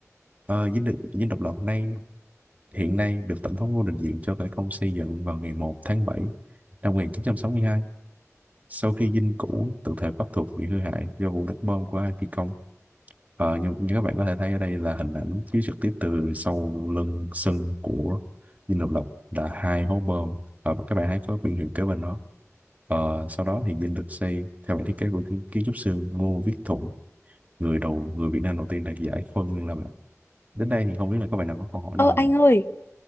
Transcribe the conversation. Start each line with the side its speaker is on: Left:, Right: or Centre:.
Right: Ờ, Dinh, Độc- Dinh Độc Lập hôm nay hiện nay được Tổng thống Ngô Đình Diệm cho khởi công xây dựng vào ngày 1 tháng 7 năm 1962 sau khi dinh cũ tự thể Bắc thuộc bị hư hại do vụ đánh bom của hai phi công Ờ, như, như các bạn có thể thấy ở đây là hình ảnh chiếu trực tiếp từ sau lưng sân của Dinh Độc Lập là hai hố bom Ờ, và các bạn thấy có biển hiệu kế bên đó Ờ, sau đó thì dinh được xây theo bản thiết kế của kiến kiến trúc sư Ngô Viết Thuận người đầu người Việt Nam đầu tiên đạt giải Khôi Nguyên Lam ạ. Đến đây thì không biết là các bạn nào có câu hỏi nào
Left: Ơ
Right: không
Left: anh
Right: ạ?
Left: ơi,